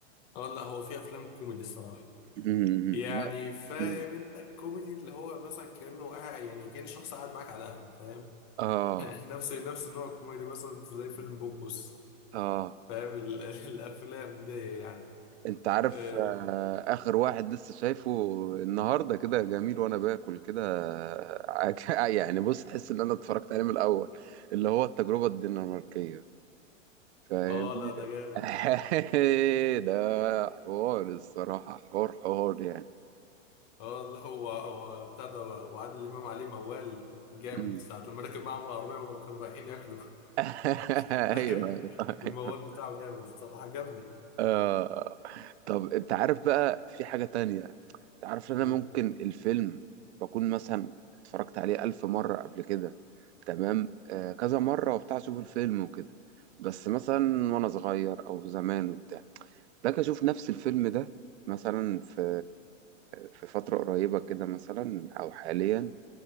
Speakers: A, on the left; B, on the right.
A: اه لا هو في افلام كوميدي الصراحه
B: مم.
A: يعني
B: لا.
A: فاهم
B: مم.
A: انت الكوميدي اللي هو مثلا كأنه قاعد يعني كأن شخص قاعد معاك على قهوة فاهم
B: اه
A: <laughs> نفس نفس النوع الكوميدي مثلا زي فيلم بوبوس
B: اه
A: فاهم ال- <laughs> الافلام دي يعني
B: انت عارف
A: ال-
B: آه اخر واحد لسه شايفه النهارده كده جميل وانا باكل كده آه، <laughs> يعني بص تحس ان انا اتفرجت عليه من الاول اللي هو التجربه الدنماركيه فاهمني
A: اه لا ده جامد
B: <laughs>
A: ده
B: ده حوار الصراحه حوار حوار يعني
A: اه اللي هو هو بتاع ده وعادل امام عليه موال جامد
B: مم.
A: ساعة لما ركب معاهم العربية وكانوا رايحين ياكلوا
B: <laughs>
A: <laughs> ايوه
B: ايوه
A: الموال
B: أيوة.
A: بتاعه جامد الصراحة عجبني
B: آه طب انت عارف بقى في حاجة تانية انت عارف ان انا
A: إيه.
B: ممكن الفيلم بكون مثلا اتفرجت عليه ألف مرة قبل كده تمام آه كذا مرة وبتاع اشوف الفيلم وكده بس مثلا وانا صغير او زمان وبتاع لك اشوف نفس الفيلم ده مثلا في في فترة قريبة كده مثلا او حاليا